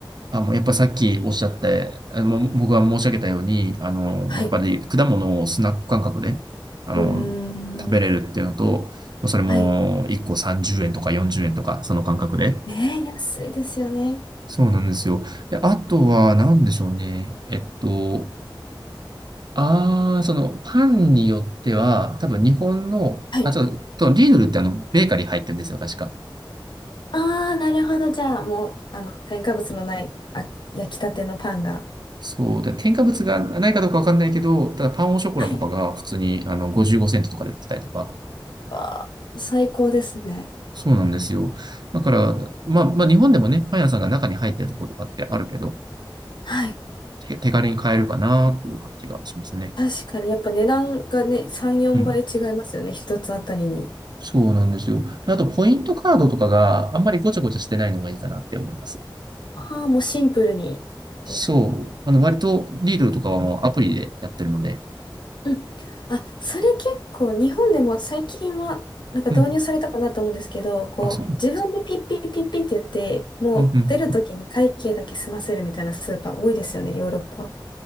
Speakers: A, on the right; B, on the left.
A: あ、もうやっぱさっきおっしゃって、あの、も僕が申し上げたように、あの、
B: はい。
A: やっぱり果物をスナック感覚で、あの、
B: うー
A: 食べれるっていうのと、
B: ん。
A: もうそれも1個30円とか40円とか、
B: はい。
A: その感覚で。
B: ねえ、安いですよね。
A: そうなんですよ。で、あとは何でしょうね。えっと、ああ、そのパンによっては、多分日本の、
B: はい。
A: あ、ちょっと、リードルってあの、ベーカリー入ってるんですよ、確か。
B: ああ、なるほど。じゃあ、もう、あの、添加物のない、あ、焼きたてのパンが。
A: そう。で、添加物がないかどうかわかんないけど、ただパンオショコラとかが普通にあの55セントとかで売ってたりとか。
B: はいわあ、最高ですね。
A: そうなんですよ。だから、まあ、まあ日本でもね、パン屋さんが中に入ってるところとかってあるけど、
B: はい。
A: 手手軽に買えるかなという感じがしますね。
B: 確かに、やっぱ値段がね、3、4倍違いますよね。
A: うん。
B: 一つあたりに。
A: そうなんですよ。であと、ポイントカードとかがあんまりごちゃごちゃしてないのがいいかなって思います。
B: ああ、もうシンプルにですかね。
A: そう。あの、割と、リードルとかはもうアプリでやってるので。
B: うん。あ、それ結構、日本でも最近は、なんか導入されたかなと思うんですけど、
A: うん。
B: こう、
A: あ、そうなんです。
B: 自分でピッピッピッピッってやって、もう出るときに会計だけ済ませるみたいなスーパー多いですよね、
A: うんうん。
B: ヨーロッパ。